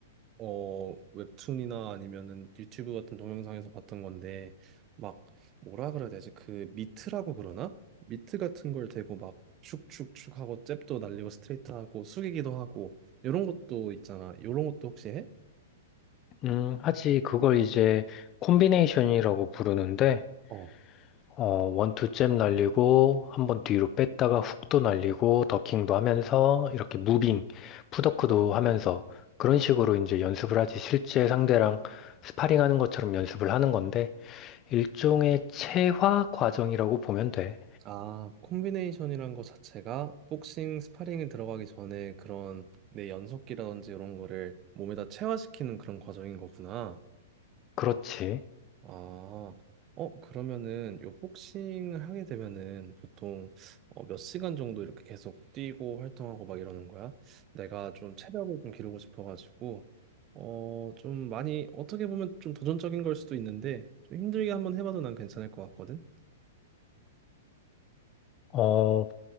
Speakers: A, on the right; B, on the left.
A: 어, 웹툰이나 아니면은 유튜브 같은 동영상에서 봤던 건데, 막, 뭐라 그래야 되지? 그 미트라고 그러나? 미트 같은 걸 대고 막, 축축축 하고, 잽도 날리고, 스트레이트 하고, 숙이기도 하고, 이런 것도 있잖아. 이런 것도 혹시 해?
B: 음, 하지, 그걸 이제 콤비네이션이라고 부르는데,
A: 어.
B: 어, 원투잽 날리고, 한번 뒤로 뺐다가 훅도 날리고, 더킹도 하면서, 이렇게 무빙, 풋워크도 하면서, 그런 식으로 이제 연습을 하지, 실제 상대랑 스파링 하는 것처럼 연습을 하는 건데, 일종의 체화 과정이라고 보면 돼.
A: 아, 콤비네이션이란 거 자체가 복싱, 스파링에 들어가기 전에 그런 내 연속기라든지 이런 거를 몸에다 체화시키는 그런 과정인 거구나.
B: 그렇지.
A: 아, 어, 그러면은 요 복싱을 하게 되면은 보통 어, 몇 시간 정도 이렇게 계속 뛰고 활동하고 막 이러는 거야? 내가 좀 체력을 좀 기르고 싶어가지고 어, 좀 많이 어떻게 보면 좀 도전적인 걸 수도 있는데 좀 힘들게 한번 해봐도 난 괜찮을 것 같거든?
B: 어,